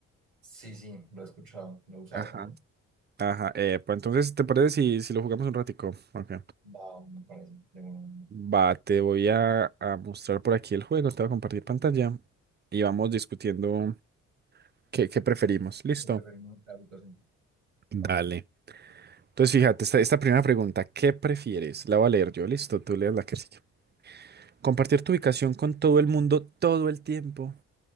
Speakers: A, on the right; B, on the right.
A: Sí, sí, lo he escuchado, lo he usado
B: Ajá.
A: también.
B: Ajá, eh, pues entonces, ¿te parece si, si lo jugamos un ratico? Ok.
A: Va, me parece, de un
B: Va, te voy a, a mostrar por aquí el juego, te voy a compartir pantalla y vamos discutiendo qué, qué preferimos. ¿Listo?
A: superreino de habitación.
B: Dale.
A: Va.
B: Entonces, fíjate, esta, esta primera pregunta, ¿qué prefieres? La voy a leer yo, listo, tú lees la que sigue. ¿Compartir tu ubicación con todo el mundo todo el tiempo